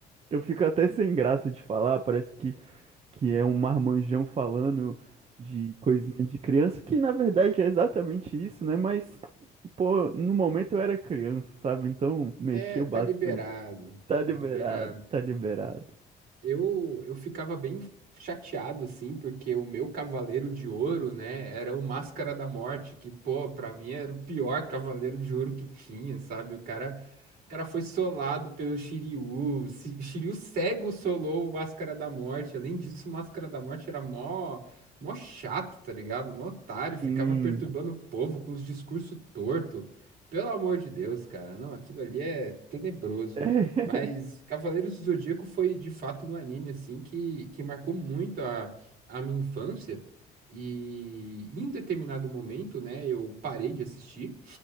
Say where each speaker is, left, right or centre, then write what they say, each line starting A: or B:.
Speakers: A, on the right; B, on the right.
A: eu fico até sem graça de falar, parece que que é um marmanjão falando de coisinha de criança, que na verdade é exatamente isso, né? Mas, pô, no momento eu era criança, sabe? Então mexeu
B: É, tá
A: bastante.
B: liberado.
A: Tá liberado,
B: Tá liberado.
A: tá liberado.
B: Eu, eu ficava bem chateado, assim, porque o meu Cavaleiro de Ouro, né, era o Máscara da Morte, que, pô, pra mim era o pior Cavaleiro de Ouro que tinha, sabe? O cara, o cara foi solado pelo Shiryu, o Shi- Shiryu cego solou o Máscara da Morte. Além disso, o Máscara da Morte era mó, mó chato, tá ligado? Mó otário, ficava
A: Hum.
B: perturbando o povo com os discursos tortos. Pelo amor de Deus, cara, não, aquilo ali é tenebroso.
A: <laughs>
B: Mas Cavaleiros do Zodíaco foi de fato um anime assim que, que marcou muito a, a minha infância. E em determinado momento, né, eu parei de assistir